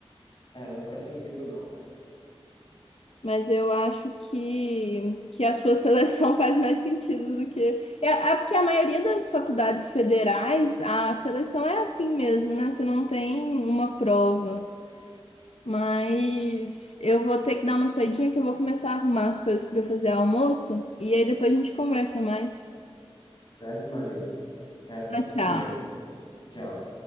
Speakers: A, on the left; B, on the left.
A: É, não faz sentido não.
B: Mas eu acho que, que a sua seleção <laughs> faz mais sentido do que. É, é porque a maioria das faculdades federais, a seleção é assim mesmo, né? Você não tem uma prova. Mas eu vou ter que dar uma saidinha que eu vou começar a arrumar as coisas para fazer almoço. E aí depois a gente conversa mais.
A: Certo, Marília? Certo,
B: Tchau, tchau.
A: tudo bem. Tchau.